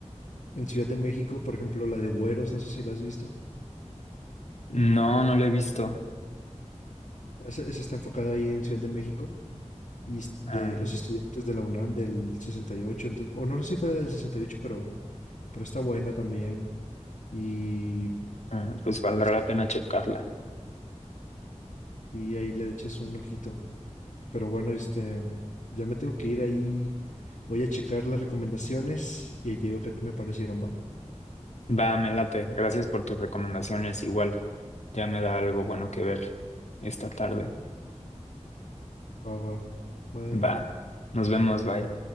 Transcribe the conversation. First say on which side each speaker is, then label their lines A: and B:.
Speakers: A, on the left; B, on the left.
A: en Ciudad de México? Por ejemplo, la de Güeros, no sé si la has visto.
B: No, no la he visto.
A: Esa, esa está enfocada ahí en Ciudad de México. y s- de
B: Ah,
A: los estudiantes de la UNAM del sesenta y ocho entonces, o no, sé si fue de la del sesenta y ocho pero, pero está buena también. Y
B: ah, pues valdrá
A: pues,
B: la
A: es-
B: pena checarla.
A: y ahí le echas un ojito. Pero bueno, este, ya me tengo que ir ahí. Voy a checar las recomendaciones y ahí te digo qué me parecieron, va.
B: Va, me late. Gracias por tus recomendaciones. Igual ya me da algo bueno que ver esta tarde.
A: Va, va. Bye.
B: Va, nos vemos, bye.